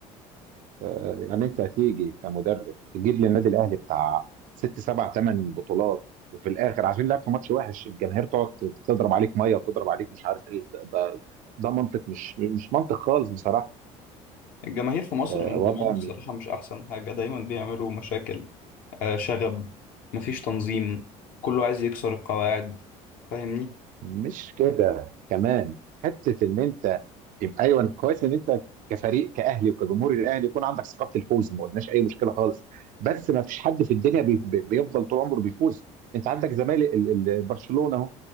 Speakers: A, on the right; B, on the left.
A: آه، يعني انت هتيجي كمدرب تجيب للنادي الاهلي بتاع ست سبع ثمان بطولات وفي الاخر عشان لعبت ماتش وحش الجماهير تقعد تضرب عليك ميه وتضرب عليك مش عارف ايه ده, ده ده منطق مش مش منطق خالص بصراحه
B: الجماهير في مصر
A: آه،
B: من
A: وضع
B: زمان بصراحة مش أحسن حاجة دايما بيعملوا مشاكل آه شغب مفيش تنظيم كله عايز يكسر القواعد فاهمني؟
A: مش كده كمان حته ان انت يبقى ايوه كويس ان انت كفريق كاهلي وكجمهور الاهلي يكون عندك ثقه الفوز ما قلناش اي مشكله خالص بس ما فيش حد في الدنيا بي بي- بيفضل طول عمره بيفوز انت عندك زمالك ال- ال- برشلونه اهو